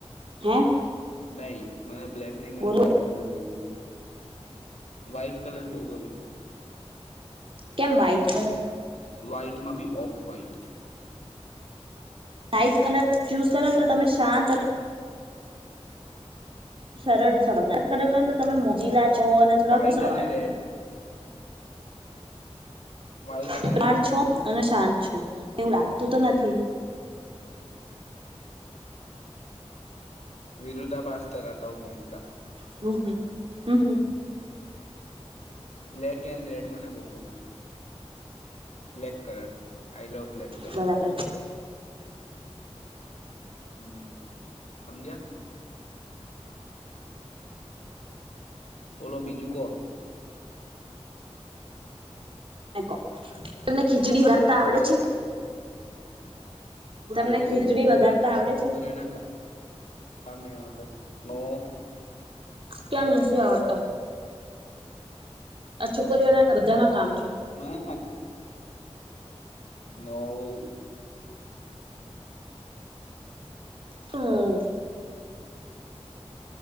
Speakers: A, on the right; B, on the left.
A: હે
B: નહી મને બ્લેક નહી મને
A: બોલો
B: વ્હાઈટ કલર બહુ ગમે વ્હાઈટ કલર બહુ ગમે
A: કેમ વ્હાઈટ કલર
B: વ્હાઈટ માં બી off white
A: light colour choose કરો ને તો તમે શાંત અને સરળ સજ કરે તમે મોજીલા છો અને થોડા
B: વ્હાઈટ
A: ગુસ્સાવાળા
B: અને રેડ
A: છો
B: વ્હાઈટ
A: <inaudible>
B: અને રેડ
A: છો અને શાંત છો એવું લાગતું તો નથી.
B: વિરુદ્ધા પાાસ ધાતા હું મેનકા
A: હમ હમ હમ હમ
B: બ્લેક એન્ડ રેડ મને બહ ગમે black colour I love black colour
A: બરાબર
B: હમ સમજ્યા બોલો બીજું કો?
A: તમો કો? તમને ખીચડી વારતા
B: હલો
A: આવડે છે? તમને
B: એ
A: ખીચડી
B: બધું
A: વઘારતા આવડે
B: છોકરીઓના
A: છે?
B: કામ નં હો ત ઓ
A: કેમ નથી આવડતા? આ છોકરીઓના બધા ના કામ છો
B: મને ખાલી નવ
A: હમ